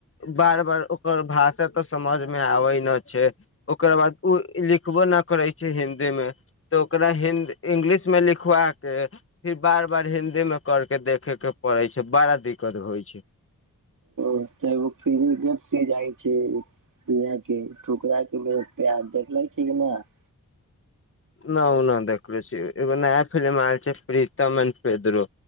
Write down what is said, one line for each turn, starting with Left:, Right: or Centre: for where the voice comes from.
Left: बार बार ओकर भाषा तऽ समझमे आबै नहि छै ओकररा बाद ओ लिखबो न करै छै हिन्दी मे तऽ ओकरा हि इंग्लिशमे लिखवा कऽ फिर बार बार हिन्दीमे कर कऽ देखयके पड़ैत छै बड़ा दिक्कत होइत छै
Right: <unintelligible> जाइ छै <unintelligible> प्यार देखले छी कि नहि
Left: न ओ नहि देखले छी एगो नया फिलि्म आयल छै प्रीतम एंड पेद्रो